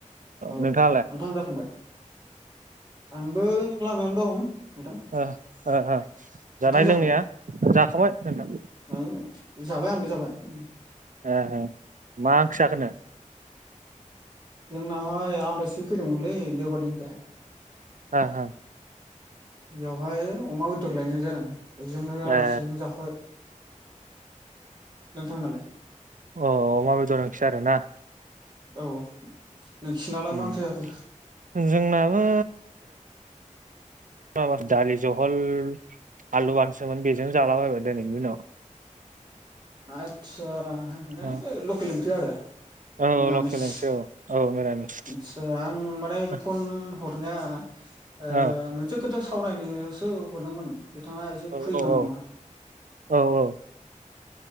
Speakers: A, on the right; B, on the right.
A: औ
B: नोंथाङालाय
A: नोंथां जाखांबाय आंबो लामायावनो दं नोंथां
B: ओ ओ जानाय
A: ओंखाम जाखांबाय
B: लोंनाया जाखाबाय नोंथां
A: ओ जाबाय आंबो जाबाय उम
B: ए मा ओंख्रि जाखो नो
A: जोंनाहाय आलासि फैदोंमोनलै देवबार दिनखाय
B: हा हा
A: बेवहाय अमा बेदर लायनाय जादों बेजोंनो आलासिजों
B: ए
A: जाफाबाय नोंथांनालाय
B: अ अमा बेदर ओंख्रि आरोना
A: औ नोंसिनालाय
B: उम
A: मा ओंख्रि जाखो
B: जोंनाबो माबा दालि जहल आलु बाथोनसोमोन बेजोंनो जालाबायबाय दिनैनि दिनाव
A: आतसा मान
B: औ
A: लकेल ओंख्रि आरो
B: औ
A: मिरामिस
B: लकेल ओंख्रि औ औ मिरामिस
A: आतसा आं माने
B: औ
A: फन हर हरनाया ओ
B: औ
A: मोनसे खोथा सावरायनोसो हरदोंमोन बिथाङा एसे
B: औ
A: फ्रि दं
B: औ
A: नामा
B: औ औ